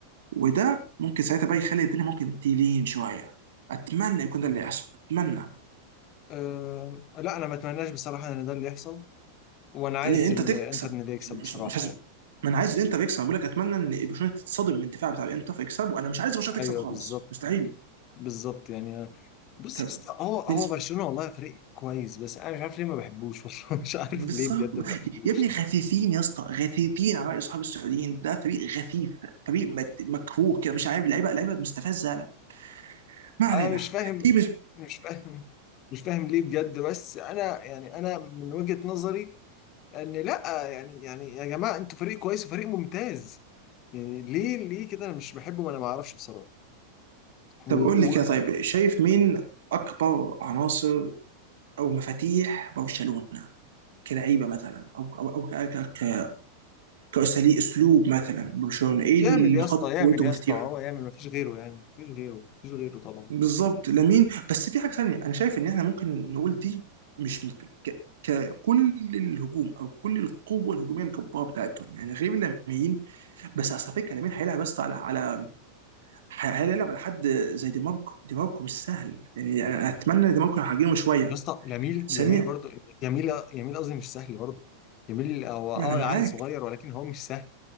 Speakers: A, on the right; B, on the left.
A: وده ممكن ساعتها بقى يخلي الدنيا ممكن تلين شويه اتمنى يكون ده اللي يحصل اتمنى
B: أه لا انا ما اتمناش بصراحة ان ده اللي يحصل وانا عايز
A: يعني انت
B: ال-
A: تكسب
B: انتر إن اللي يكسب
A: مش
B: بصراحة
A: مش لازم
B: يعني
A: ما انا عايز الانتر يكسب بقول لك اتمنى ان برشلونه تتصدم من الدفاع بتاع الانتر فيكسب وانا مش عايز برشلونه
B: ايوه
A: تكسب خالص
B: بالظبط
A: مستحيل
B: بالظبط يعني بص
A: طب
B: بس هو هو
A: بالنسبه
B: برشلونة والله فريق كويس بس انا مش عارف ليه ما بحبوش والله <laughs> مش عارف
A: بالظبط
B: ليه بجد ما بحبوش
A: يا ابني غثيثين يا اسطى غثيثين على راي اصحاب السعوديين ده فريق غثيث فريق مت- مكفوه كده مش عارف لعيبه لعيبه مستفزه لا ما علينا
B: انا مش فاهم
A: ايه بس
B: مش فاهم مش فاهم ليه بجد بس انا يعني انا من وجهة نظري ان لا يعني يعني يا جماعة انتوا فريق كويس وفريق ممتاز يعني ليه ليه كده انا مش بحبه ما انا ما اعرفش بصراحة و...
A: طب قول لي
B: و...
A: كده طيب شايف مين اكبر عناصر او مفاتيح برشلونه كلعيبه مثلا او او او ك- ك- ك- كاساليب اسلوب مثلا برشلونه ايه
B: يعمل
A: اللي
B: يا
A: نقاط
B: اسطى يعمل
A: قوته
B: يا
A: ومفاتيحه
B: اسطى هو يعمل ما فيش غيره يعني ما فيش غيره ما فيش غيره طبعا
A: بالظبط لامين بس في حاجه ثانيه انا شايف ان احنا ممكن نقول دي مش مش- ك- ككل الهجوم او كل القوه الهجوميه الجباره بتاعتهم يعني غير لامين بس اصل فكره لامين هيلعب بس على على ح- هيلعب على حد زي دي ماركو دي ماركو مش سهل يعني انا اتمنى دي ماركو يحجمه شويه
B: يا اسطى لاميل
A: ثانيا
B: لاميل برضه يميل يميل قصدي مش سهل برضه يميل هو اه
A: ما انا معاك
B: عيل صغير ولكن هو مش سهل